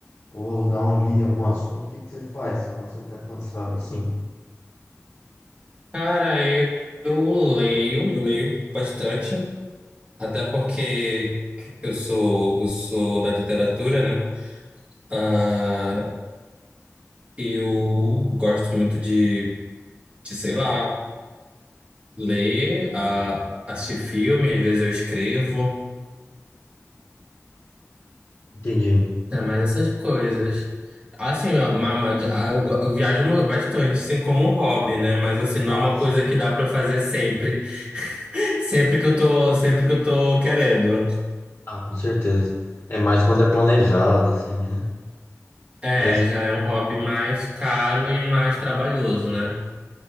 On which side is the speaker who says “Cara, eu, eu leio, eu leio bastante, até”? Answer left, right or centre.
Right